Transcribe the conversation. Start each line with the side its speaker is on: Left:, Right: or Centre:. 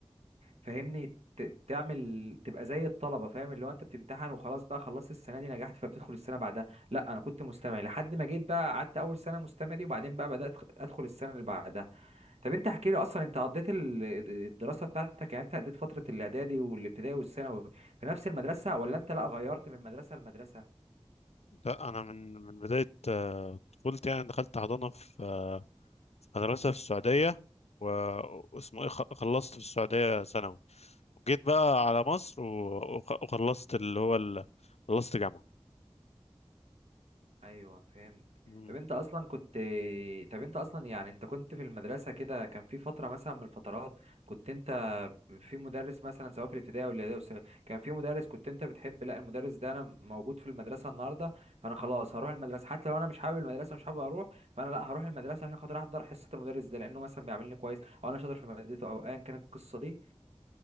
Right: فاهمني ت- تعمل تبقى زي الطلبه فاهم اللي هو انت بتمتحن وخلاص بقى خلصت السنه دي نجحت فبتدخل السنه بعدها لا انا كنت مستمع لحد ما جيت بقى قعدت اول سنه مستمع دي وبعدين بقى بدات ادخل السنه اللي بعدها طب انت احكي لي اصلا انت قضيت ال- الدراسه بتاعتك يعني انت قضيت فتره الاعدادي والابتدائي والثانوي في نفس المدرسه ولا انت لا غيرت من مدرسه لمدرسه
Left: لا أنا من من بداية آه، طفولتي يعني دخلت حضانة في آه، في مدرسة في السعودية و- واسمه إيه خ- خلصت في السعودية ثانوي وجيت بقى على مصر و- وخ- وخلصت اللي هو ال- خلصت جامعة
Right: ايوه فهمت
Left: مم.
Right: طب انت اصلا كنت طب انت اصلا يعني انت كنت في المدرسه كده كان في فتره مثلا من الفترات كنت انت في مدرس مثلا سواء في الابتدائي او الاعدادي أو الثانوي، كان في مدرس كنت انت بتحب لا المدرس ده انا موجود في المدرسه النهارده فانا خلاص هروح المدرسه حتى لو انا مش حابب المدرسه مش حابب اروح فانا لا هروح المدرسه عشان خاطر احضر حصه المدرس ده لانه مثلا بيعاملني كويس او انا شاطر في مادته او ايا كانت القصه دي